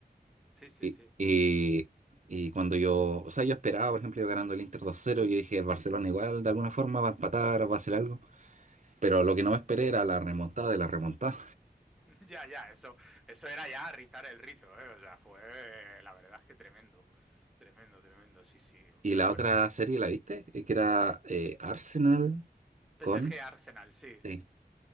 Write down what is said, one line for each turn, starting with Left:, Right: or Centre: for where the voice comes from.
Centre: sí, sí,
Right: Y,
Centre: sí.
Right: y- y cuando yo, o sea, yo esperaba, por ejemplo, yo ganando el Inter dos cero y dije, el Barcelona igual de alguna forma va a empatar, va a hacer algo. Pero
Centre: Mm.
Right: lo que no me esperé era la remontada de la remontada.
Centre: <laughs> Ya, ya, eso, eso era ya rizar el rizo, ¿eh? O sea, fue, la verdad es que tremendo, tremendo, tremendo, sí, sí.
Right: Y
Centre: Pero
Right: la
Centre: bueno,
Right: otra serie, ¿la viste? Eh, Que era eh, Arsenal
Centre: PSG
Right: con...
Centre: Arsenal, sí.
Right: Sí.